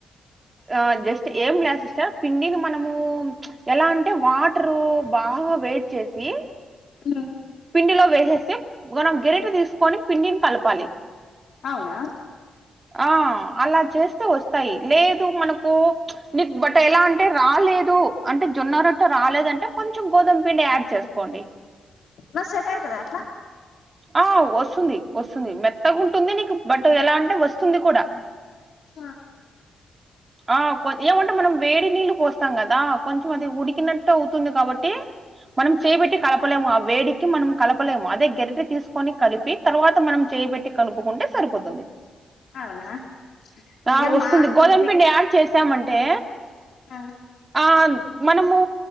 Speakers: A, on the right; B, on the left.
A: ఆ జస్ట్ ఏం లే సిస్టర్ పిండిని మనము ఎలా అంటే వాటరు బాగ వేడి చేసి
B: హలో
A: పిండిలో వేసేసి మనం గరిటే తీసుకొని పిండిని కలపాలి
B: అవునా
A: ఆ అలా చేస్తే వస్ తయ్ లేదు మనకు నీ బట్ ఎలా అంటే రాలేదు అంటే జొన్న రొట్టె రాలేదంటే కొంచెం గోధుమ పిండి యాడ్ చేసుకోండి
B: మరి సెట్ అయితదా అట్లా
A: ఆ వస్తుంది వస్తుంది మెత్తగా ఉంటుంది నీకు బట్ ఎలా అంటే వస్తుంది కూడా
B: ఆ
A: ఆ కొ ఏమంటే మనం వేడి నీళ్ళు పోస్తాం కదా కొంచెం అది ఉడికినట్టు అవుతుంది కాబట్టి మనం చేయి పెట్టి కలపలేము ఆ వేడికి మనం కలపలేము అదే గరిటే తీసుకొని కలిపి తర్వాత మనం చేయిబెట్టి కలుపుకుంటే సరిపోత్
B: అవునా ఇగ
A: ఆ వస్తుంది
B: మా
A: గోధుమ
B: ఇ
A: పిండి యాడ్ చేసామంటే
B: ఆ
A: ఆ మనము